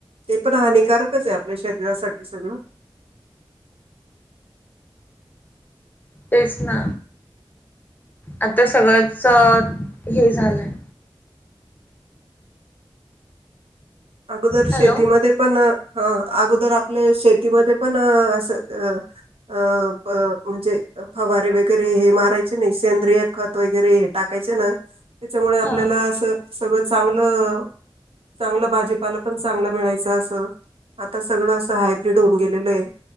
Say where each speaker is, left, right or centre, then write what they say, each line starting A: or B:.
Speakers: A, on the right; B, on the left.
A: ते पण हानिकारकच आहे आपल्या शरीरासाठी सगळं.
B: तेच ना आता सगळंच हे झालंय.
A: अगोदर
B: हॅलो
A: शेतीमध्ये पण ह अगोदर आपले शेतीमध्ये पण अस अ अ म्हणजे फवारे वगैरे हे मारायचे नाही सेंद्रिय खत वगैरे टाकायचें ना त्याच्यामुळे आपल्याला
B: हा
A: अस सगळं चांगलं चांगलं भाजी भाजीपाला पण चांगला मिळायच अस आता सगळं असं हायब्रीड होऊन गेलेलं आहे.